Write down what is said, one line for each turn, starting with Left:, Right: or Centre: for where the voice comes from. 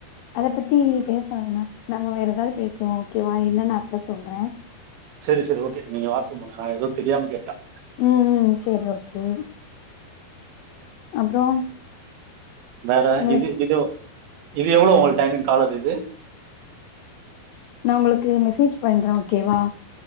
Left: அத பத்தி பேச வேணா நாம வேற எதாவத் பேசுவோ ஓகேவா என்னனு அப்பறோ சொல்றே
Right: செரி செரி ஓகே நீங்க வாட்அப் பண்ணுங்க நா எதோ தெரியாம கேட்ட
Left: உம் செரி ஓகே அப்றோ
Right: வேற
Left: உங்களுக்கு
Right: இது இது இது எவ்ளோ டைமிங் காலர் இது
Left: நா உங்களுக்கு மெசேஜ் பண்றே ஓகேவா